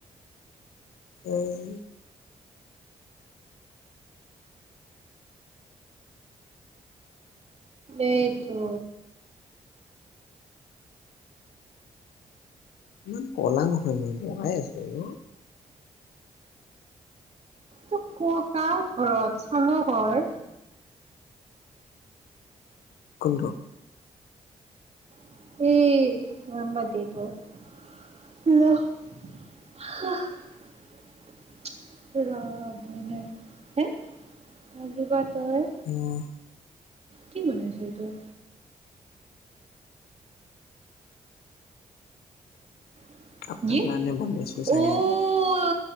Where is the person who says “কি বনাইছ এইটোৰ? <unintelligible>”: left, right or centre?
Right